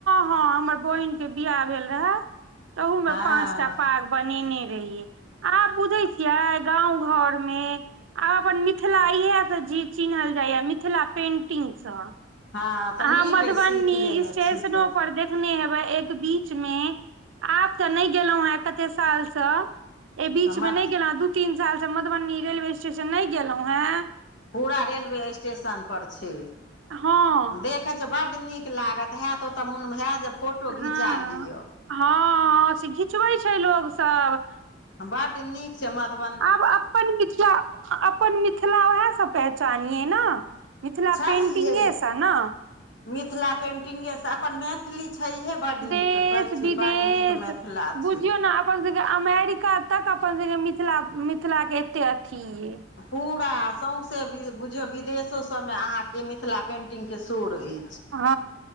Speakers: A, on the right; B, on the left.
A: हँ हमर बहिन के बियाह भेल रहे तहू में
B: हँ
A: पांचटा पाग बनेने रहिये आब बुझै छियै गाँव घरमे आ अपन मिथिला इहसँ चिनहल जाइया मिथिला पेंटिंग सऽ
B: हँ तऽ
A: अहाँ
B: नीक
A: मधुबनी
B: अइ सीख लेने
A: स्टेशनों
B: छी तऽ
A: पर देखने हेब एक बीच मे आब तऽ नहि गेलहुं हे कते सालसँ एहि बीचमे
B: हमर
A: नहि गेलहुँ दू तीन सालसँ मधुबनी रेलवे स्टेशन नहि गेलहुँ हेँ
B: पूरा रेलवे स्टेशन पर छै
A: हँ
B: देखे छै बड नीक लागत हेत ओते मोन मे हय जे फोटो
A: हँ
B: घिचा लियो
A: हँ, हँ, से घिचबै छै लोकोग सभ
B: बड़ नीक छै मधुब
A: आब अपन मिथिला, अपन मिथिला, उएह सभ पहचानियै ने। मिथिला
B: छैहे
A: पेंटिंगे सभ ने
B: मिथिला पेन्टिंगेसँ अपन मैथिली छै हे बड़
A: देश
B: नीक कहै छी
A: विदेश
B: बड़ नीक मिथिला
A: बुझियौ
B: छीय
A: ने अपन सभके अमेरिका तक अपन सभके मिथिला मिथिला के एते अथी ये
B: पूरा सौसे बुझौ विदेशोसभमे अहाँकेँ मिथिला पेन्टिंगके शोर अछि
A: ह,